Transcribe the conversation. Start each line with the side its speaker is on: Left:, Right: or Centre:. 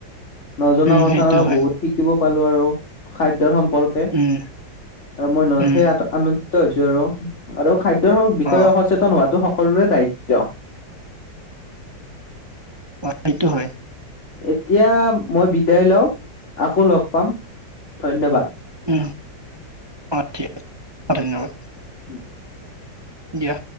Left: নজনা
Right: উম
Left: কথা
Right: সেইটো
Left: আৰু
Right: হয়
Left: বহুত শিকিব। পালো আৰু। খাদ্যৰ সম্পৰ্কে
Right: উম
Left: আৰু মনত
Right: উম
Left: সেই আনন্দ ছো আৰু। আৰু খাদ্যৰ বিষয়ে
Right: অ
Left: সচেতন হোৱাাতো। সকলোৰে দায়িত্ব।
Right: অ 'সেইটো হয়।
Left: এতিয়া মই বিদায় লও আকৌ লগ পাম ধন্যবাদ।
Right: উম অ' ঠিক আছে ধন্যবাদ।
Left: উম।
Right: দিয়া।